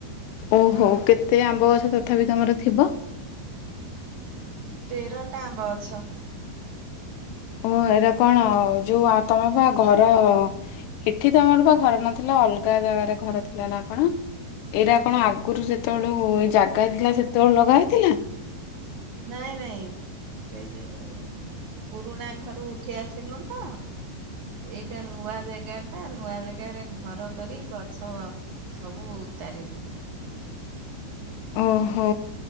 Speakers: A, on the left; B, on the right.
A: ଓ ହୋ କେତେ ଆମ୍ବ ଗଛ ତଥାପି ତୁମର ଥିବ?
B: ତେରଟା ଆମ୍ବ ଗଛ।
A: ଓ ଏରା କଣ ଯୋଉ ତମେପା ପା ଘର ଏଠି ତମର ପା ଘର ନଥିଲା, ଅଲଗା ଜାଗାରେ ଘର ଥିଲା ନା କଣ? ଏଇଟା କଣ ଆଗରୁ ଯେତେବେଳୁ ଜାଗା ଥିଲା ସେତେବେଳୁ ଲଗା ହେଇଥିଲା।
B: ନାଇଁ, ନାଇଁ। ସେ ଯୋଉ ପୁରୁଣା ଘରୁ ଉଠି ଆସିଲୁ ତ ଏଇଟା ନୂଆ ଜେଗା ଟା ନୂଆ ଜାଗାରେ ଘର କରି ଗଛ ସବୁ ତାରିଲୁ
A: ଓ ହୋ